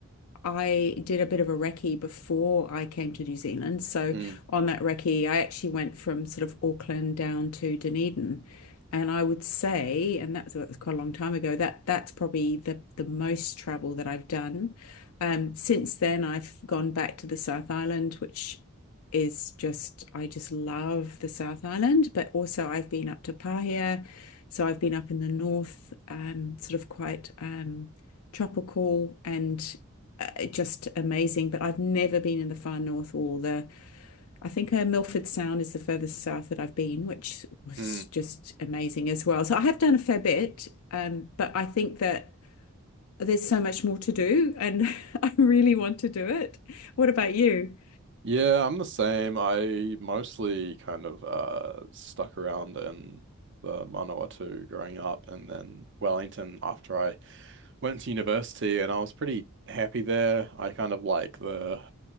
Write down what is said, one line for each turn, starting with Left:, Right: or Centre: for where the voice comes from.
Left: I did a bit of a recce before I came to New Zealand. So
Right: mm,
Left: on that recce, I actually went from sort of Auckland down to Dunedin. And I would say, and that's that was quite a long time ago, that that's probably the the most travel that I've done. Um, since then, I've gone back to the South Island, which is just, I just love the South Island, but also I've been up to Pahia. So I've been up in the north, um, sort of quite um, tropical and uh, just amazing. But I've never been in the far north or the, I think uh, Milford Sound is the furthest south that I've been, which was
Right: mm.
Left: just amazing as well. So I have done a fair bit, um, but I think that there's so much more to do and <laughs> I really want to do it. What about you?
Right: Yeah, I'm the same. I mostly kind of uh stuck around in the Manawatu growing up and then Wellington after I went to university and I was pretty happy there. I kind of like the